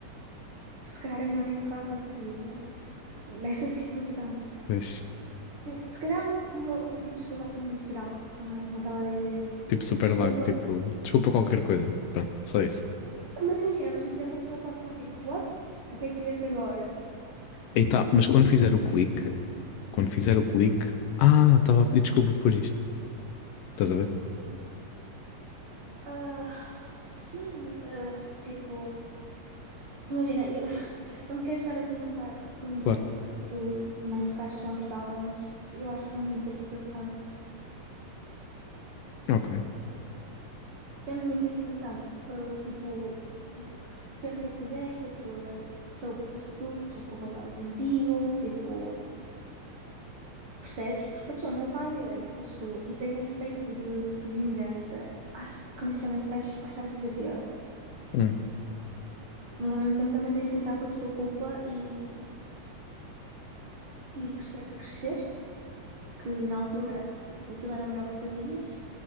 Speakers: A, on the right; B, on the left.
A: Se calhar é melhor nem tocar na ferida, <laughs> nesta situação.
B: Mas,
A: Se calhar uma, uma- um pedido de desculpa assim muito geral, como, como eu estava a dizer.
B: tipo, super
A: Tipo, desculpa.
B: vago, tipo, desculpa qualquer coisa. Pronto, só isso.
A: Mas imagina, ao mesmo tempo a pessoa pode ficar tipo, what? Tipo, o que é que fizeste agora?
B: E tá, mas quando fizer o clique, quando fizer o clique, ah, estava a pedir desculpa por isto. Estás a ver?
A: Ah, sim, ah, tipo, imagina, eu, Não te quero estar a perguntar pormenores,
B: Claro.
A: por isso não ficaste confortável, mas eu acho que depende muito da situação.
B: Ok.
A: Depende muito da situação. Uh, tipo, depende do que é que fizeste, se a pessoa soube que foste tu, se a pessoa ficou magoada contigo, tipo, percebes? Porque se a pessoa não faz ideia que foste tu e tem esse feitiço de, de vingança, acho que honestamente vais, vais estar a fazer pior.
B: Hum.
A: Mas ao mesmo tempo também tens de lidar com a tua culpa e, e perceber que cresceste que na altura, tipo, aquilo era o melhor que sabias